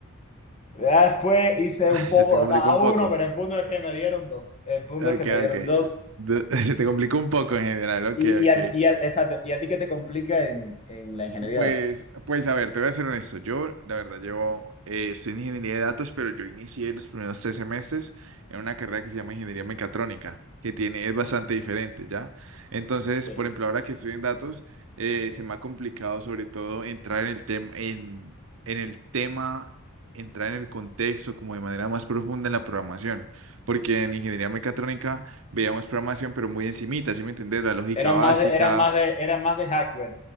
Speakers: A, on the left (about 30°); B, on the right (about 65°).
A: Ya después hice
B: <laughs>
A: un poco
B: Se te complicó
A: de cada
B: un
A: uno,
B: poco.
A: pero el punto es que me dieron dos. El punto
B: Ok,
A: es que me dieron
B: ok.
A: dos.
B: De- <laughs> Se te complicó un poco en general. Ok,
A: Y, y, a,
B: ok.
A: y, a, exacto, y a ti que te complica en, en la ingeniería
B: Pues,
A: de datos.
B: pues a ver, te voy a ser honesto. Yo, la verdad, llevo, eh, estoy en ingeniería de datos, pero yo inicié los primeros tres semestres en una carrera que se llama ingeniería mecatrónica, que tiene, es bastante diferente, ¿ya? Entonces,
A: Sí.
B: por ejemplo, ahora que estoy en datos, eh, se me ha complicado sobre todo entrar en el tema, en, en el tema, entrar en el contexto como de manera más profunda en la programación, porque en ingeniería mecatrónica veíamos programación, pero muy encimita, ¿sí me entiendes? La lógica
A: Eran
B: básica.
A: más de, eran más de, eran más de hardware.